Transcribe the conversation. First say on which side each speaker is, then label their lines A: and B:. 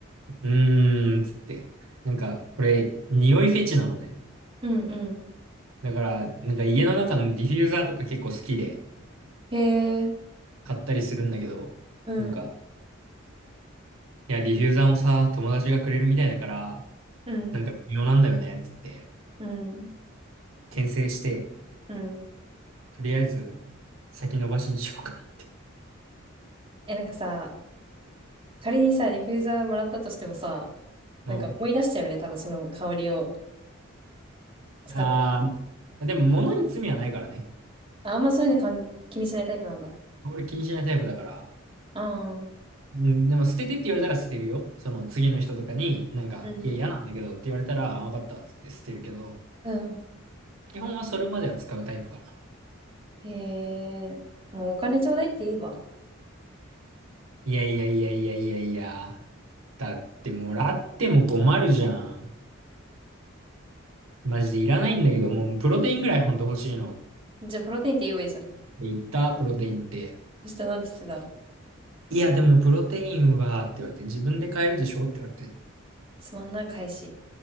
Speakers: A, on the right; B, on the right.
A: うーん、つって。なんか、これ、匂いフェチなのね。
B: うんうん。
A: だから、なんか家の中のディフューザーとか結構好きで
B: へえ。
A: 買ったりするんだけど、
B: うん。
A: なんか、いや、ディフューザーもさ、友達がくれるみたいだから、
B: うん。
A: なんか微妙なんだよね、つって、
B: うん。
A: 牽制して、
B: うん。
A: とりあえず、先延ばしにしようか
B: え、なんかさ、仮にさ、ディフューザーもらったとしてもさ、
A: な。
B: なんか思い出しちゃうよね。
A: <laughs> うん
B: 多分その香りを使った時に。
A: ああ、でも物に罪はないからね。
B: あ、あんまそういうのかん気にしないタイプなんだ。
A: 俺気にしないタイプだから。
B: ああ。
A: うん、でも捨ててって言われたら捨てるよ。その次の人とかに、なんか、
B: うん。
A: いや、嫌なんだけどって言われたら、あわかったっつって捨てるけど、
B: うん。
A: 基本はそれまでは使うタイプかな。
B: へえ。もうお金ちょうだいって言えば。
A: いやいやいやいやいやいや。だってもらっても困るじゃん。マジでいらないんだけど、もうプロテインぐらいほんと欲しいの。
B: じゃあプロテインって言えばいいじゃん。
A: で、言ったプロテインって。
B: そしたらなんて言ってた
A: いや、でもプロテインは、って言われて、自分で買えるでしょって言われて。
B: つまんない返し。